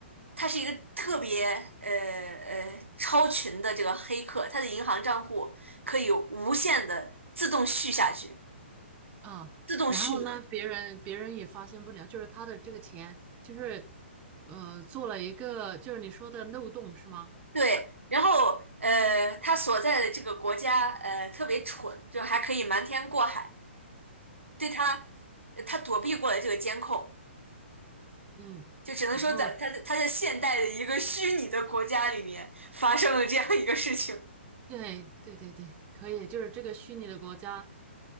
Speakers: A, on the right; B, on the right.
A: 他是一个特别呃呃超群的这个黑客，他的银行账户可以无限的自动续下去，
B: 啊，
A: 自动续满。
B: 然后呢，别人别人也发现不了，就是他的这个钱，就是呃，做了一个就是你说的漏洞是吗？
A: 对，然后呃，他所在的这个国家呃特别蠢，就还可以瞒天过海，对他，呃他躲避过了这个监控，
B: 嗯，
A: 就只能说在他在他在现代的一个虚拟的国家里面发生了这样一个事情。
B: 然后对对对对，可以，就是这个虚拟的国家，